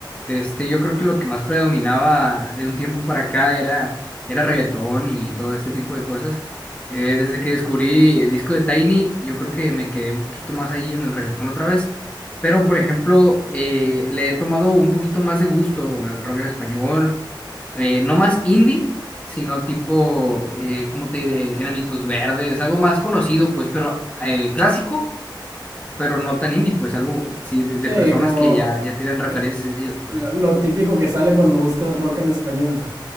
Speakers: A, on the left; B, on the right.
A: Este, yo creo que lo que más predominaba de un tiempo para acá era, era reggaetón y todo este tipo de cosas. Eh, desde que descubrí el disco de Tiny, yo creo que me quedé un poquito más ahí en el reggaetón otra vez. Pero, por ejemplo, eh, le he tomado un poquito más de gusto al rock en español. Eh, no más indie, sino tipo, eh, ¿cómo te diré? Enanitos Verdes, algo más conocido, pues, pero eh, clásico pero no tan indie, pues algo, sí, de, de
B: Sí,
A: personas
B: como
A: que ya, ya tienen referencias
B: eh,
A: de ellos, pues.
B: lo, lo típico que sale cuando buscas rock en español.